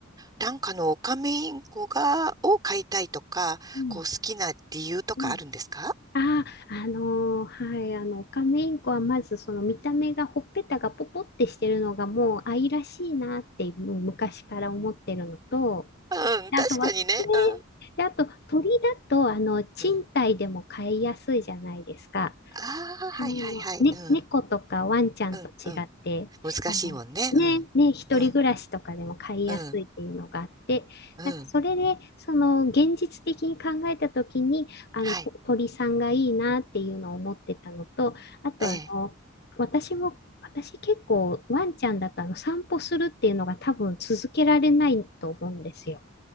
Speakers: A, on the right; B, on the left.
A: なんかのオカメインコが、を飼いたいとか、
B: うん。
A: こう好きな理由とかあるんですか
B: うん。ああ、あのーはい、あの、オカメインコはまずその見た目がほっぺたがポポってしてるのがもう愛らしいなって、もう昔から思ってるのと、
A: うん、
B: であとは、
A: 確かにね。
B: ね、
A: うん。
B: で、あと鳥だと、あの、賃貸でも飼いやすいじゃないですか。
A: うんああ、はいはいはい。
B: あの、ね、
A: うん。
B: 猫とかワンちゃんと違って、
A: うん。うん。難しいもんね。
B: あの、ね、
A: うん。
B: ね、一人暮らしとかでも飼いやすいっていうのがあって、
A: うん。うん。うん。
B: なんかそれで、その、現実的に考えたときに、あの、
A: はい。
B: と鳥さんがいいなっていうのを思ってたのと、あと、
A: ええ。
B: あの、私も、私結構ワンちゃんだとあの散歩するっていうのが多分続けられないと思うんですよ。